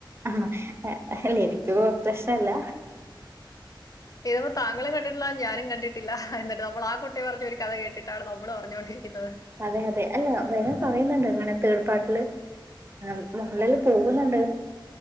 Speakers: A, on the right; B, on the left.
A: ഹാഹ് അ ഹല്ലേ എനക്ക് കൊയ് പ്രശ്നല്ല.
B: ഇതിപ്പം താങ്കളും കണ്ടി ട്ടില്ല ഞാനും കണ്ടിട്ടില്ല എന്നിട്ട് നമ്മൾ ആ കുട്ടി പറഞ്ഞ ഒരു കഥ കേട്ടിട്ടാണ് നമ്മള് പറഞ്ഞോണ്ടിരിക്കുന്നത്.
A: അതെ അതെ. അല്ല വരാൻ പറയുന്നുണ്ട് ഇങ്ങനെ തേർഡ് പാർട്ടില് ആഹ് മോഹൻലാൽ പോകുന്നുണ്ട്